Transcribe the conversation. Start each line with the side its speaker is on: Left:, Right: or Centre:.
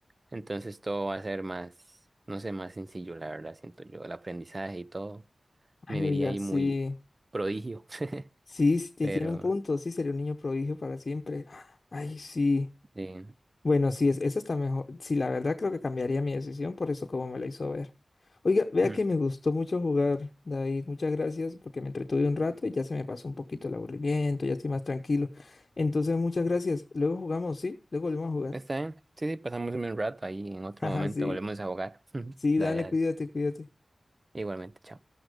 Right: Entonces todo va a ser más, no sé, más sencillo, la verdad, siento yo, el aprendizaje y todo,
Left: Ay,
Right: me vería
Left: oiga,
Right: ahí
Left: sí.
Right: muy prodigio, <laughs>
Left: Sí, sí,
Right: pero
Left: tiene un punto. Sí, sería un niño prodigio para siempre. Ay, sí.
Right: eh,
Left: Bueno, sí, es, esa está mejor. Sí, la verdad creo que cambiaría mi decisión por eso como me la hizo ver. Oiga, vea
Right: mm,
Left: que me gustó mucho jugar, David. Muchas gracias porque me entretuve un rato y ya se me pasó un poquito el aburrimiento, ya estoy más tranquilo. Entonces, muchas gracias. Luego jugamos, ¿sí? Luego volvemos a jugar.
Right: está bien, sí, sí, pasamos un buen rato ahí, en otro
Left: <laughs> Ajá,
Right: momento
Left: sí.
Right: volvemos a jugar. <laughs>
Left: Sí,
Right: Dale,
Left: dale,
Right: dale,
Left: cuídate, cuídate.
Right: igualmente, chao.